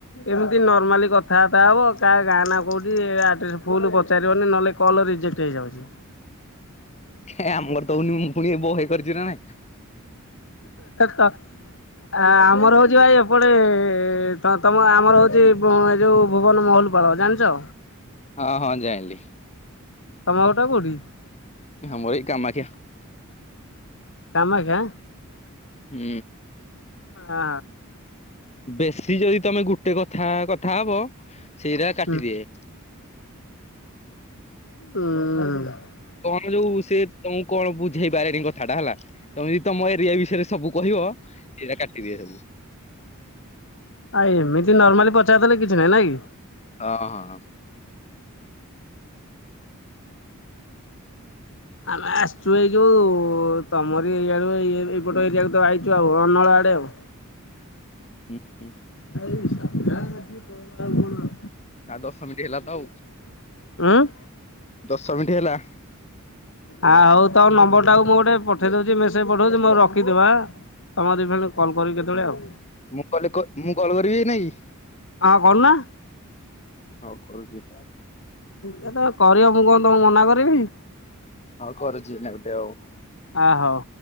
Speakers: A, on the left (about 60°); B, on the left (about 30°).
A: ଏମିତି ନର୍ମାଲି କଥାଆର୍ତ୍ତା ହବ କାହା ତାନା କୋଉଚି ଆଡ୍ରେସ ଫୁଲ ପଚାରିବନି ନହେଲେ କଲ ରିଜେକ୍ଟ ହେଇଯାଉଛି।
B: ଏ ଆମ ର ହୋଉନି ମୁଁ ଫୁଣି ଏ ବହେ କରିଚି ନା ନାଇଁ।
A: ତ ଆମର ହଉଛି ଭାଇ ଏପଟେ ତ ତମ ଆମର ହୋଉଚି ଏ ଯୋଉ ଭୁବନ ମହୁଲପାଳ ଜାଣିଚ?
B: ହଁ ହଁ ଯାଇଁଲି।
A: ତମ ଅରଟା କୋଉଠି?
B: ଆମର ଏଇ କାମାକ୍ଷା।
A: କାମାଖା।
B: ହୁଁ।
A: ଆ
B: ବେଶୀ ଯଦି ତମେ ଗୁଟେ କଥା, କଥା ହବ। ସେଇରା କାଟିଦିଏ।
A: ହୁଁ ହୁଁ।
B: ତମେ ଯୋଉ, ସେ ତମକୁ କଣ ବୁଝେଇ ବାରେଣୀ କଥା ଟା ହେଲା, ତମେ ବି ତମ ଏରିଆ ବିଷୟରେ ସବୁ କହିବ! ଏରା କାଟିିଦିଏ ସବୁ।
A: ଆ ଏମିତି ନର୍ମାଲି ପଚାର ଦେଲେ କିଛି ନାଇଁ! ନାଇ।
B: ହଁ ହଁ ହଁ।
A: ଆମେ ଆସଛୁ! ଏଇ ଯୋଉ, ତମରି ଏଇଆଡୁ ଏଇ ଏଇପଟ ଏରିଆ କୁ ତ ଆଇଚୁ ଆଉ। ଅନଳା ଆଡ଼େହବ।
B: ଉୁଁ, ହୁଁ।
A: ଭାଇ, ସାଧା ଆଜି କଣ ଆଉ କଣ?
B: ଆଉ ଦଶ ମିନିଟ୍ ହେଲା ତ ଆଉ।
A: ଉଁ?
B: ଦଶ ମିଣ୍ଟି ହେଲା।
A: ଆ, ହଉ ତମ ନମ୍ବର ଟାକୁ ମୁଁ ଗୋଟେ ପଠେଇ ଦୋଉଚି, ମେସେଜ ପଠଉଛି। ମୋର ରଖିଥିବ ଆଁ। ତମ କତିକି ଫେଣ କଲ୍ କରିବି, କେତେବେଳେ ଆଉ?
B: ମୁଁ କଲେ ମୁଁ କଲ୍ କରିବି ଏଇନା କି?
A: ଆଁ କରୁନା।
B: ହଉ କରୁଚି।
A: କେତେଳେ କରିବ! ମୁଁ କଣ ତମକୁ ମନା କରିବି?
B: ଆଉ କରୁଚି, ଏଇନା ଗୁଟେ ଆଉ।
A: ଆ ହଉ